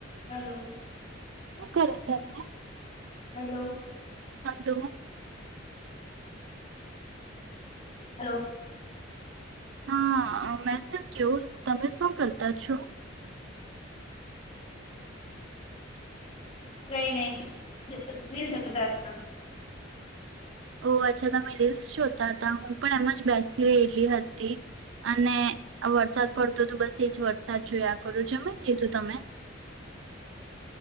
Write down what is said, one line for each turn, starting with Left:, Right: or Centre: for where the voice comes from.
Left: Hello.
Right: શું કરો તમે
Left: હેલો.
Right: હલો.
Left: હલો
Right: હા મેસ કયો તમે શું કરતા છો
Left: કઈ નહી દલ જતા
Right: ઓ અચ્છા તમે રિસ જોતા હતા હું પણ એમ જ બેસી રહેલી હતી અને વરસાદ પડતો તો બસ એ જ વરસાદ જોયા કરું જમી લીધું તમે <inaudible>